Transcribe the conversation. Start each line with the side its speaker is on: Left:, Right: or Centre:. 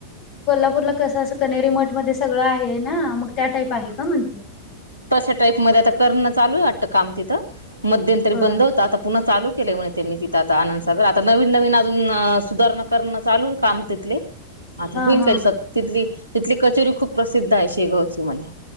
Left: कोल्हांपूरला कसं? असं कण्हेरी मठं मध्यें सगळं आहे ना? मंग त्यां टाईप आहे कां म्हणते?
Right: तशां टाईप मध्यें, आंता करणं चालूं आहे वाटतं कामं तिथं. मध्यंतरी
Left: बर
Right: बंद होतं, आंता पुन्हां चालूं केलंय म्हणे. त्यांनी तिथं आंता, आनंदसागर. आंता नवीन-नवीन अजूंन सुधारणां करणं चालूं आहे कामं तिथले. आंता
Left: हा
Right: होईल
Left: हा
Right: कां असं? तिथली-तिथली कचोरी खूंप प्रसिद्ध आहे, शेगांवची म्हणे.